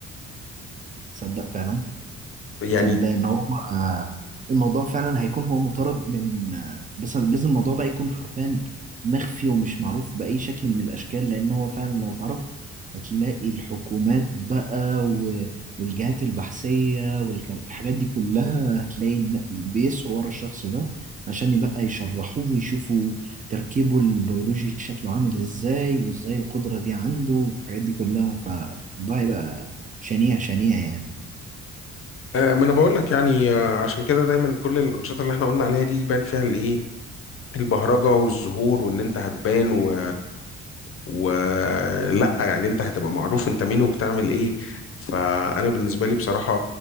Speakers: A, on the right (about 25°); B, on the left (about 45°).
A: تصدق فعلا
B: يعني
A: تصدق ان هو آه، الموضوع فعلا هيكون هو مطارد من آه، بس لازم الموضوع ده يكون حرفيا مخفي ومش معروف بأي شكل من الأشكال لأن هو فعلا لو تعرف هتلاقي الحكومات بقى و- والجهات البحثية والحاجات دي كلها هتلاقي إن بيسعوا ورا الشخص ده عشان يبقى يشرحوه ويشوفوا تركيبه البيولوجي شكله عامل ازاي وازاي القدرة دي عنده والحاجات دي كلها فالموضوع هيبقى شنيع شنيع يعني
B: آه ما انا بقول لك يعني آه عشان كده دايما كل الانشطه اللي احنا قلنا عليها دي يبان فيها الايه البهرجه والزهور وان انت هتبان و... ولا يعني انت هتبقى معروف انت مين وبتعمل ايه فانا بالنسبه لي بصراحه